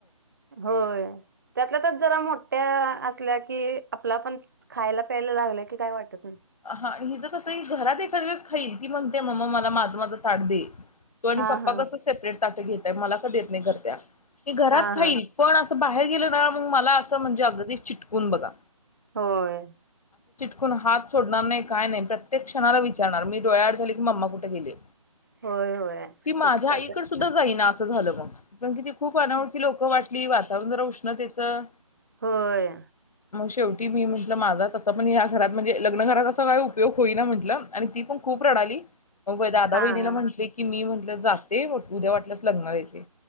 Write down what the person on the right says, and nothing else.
होय त्यातल्यात्यात जरा मोठ त असल्या कि आपला पण खायला प्यायला लागल्या की काय वाटत नाही.
हा
हा
हा
हा
होय
होय होय.
तस करतात.
होय
हा
हा